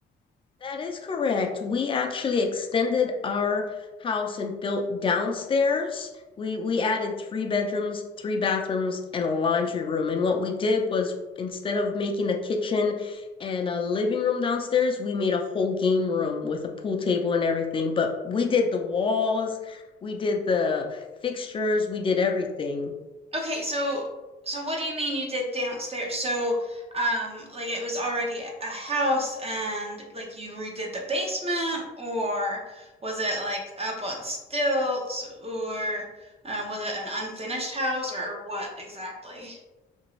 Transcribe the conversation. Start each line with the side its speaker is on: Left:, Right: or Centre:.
Left: That is correct. We actually extended our house and built downstairs. We we added three bedrooms, three bathrooms, and a laundry room. And what we did was instead of making a kitchen and a living room downstairs, we made a whole game room with a pool table and everything. But we did the walls, we did the fixtures, we did everything.
Right: Okay, so so what do you mean you did downstairs? So, um, like it was already a a house and like you redid the basement, or was it like up on stilts, or uh, was it an unfinished house, or what exactly?